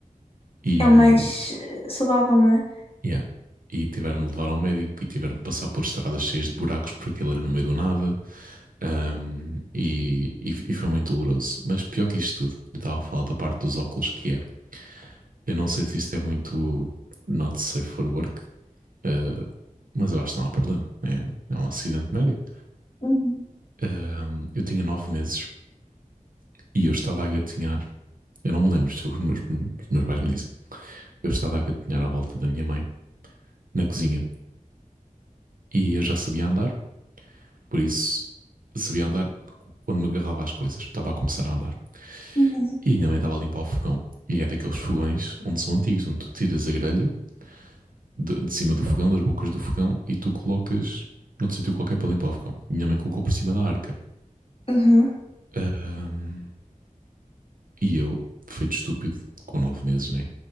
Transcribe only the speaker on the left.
É o mais eh, saudável, não é?
Uhum.
Uhum.
Uhum.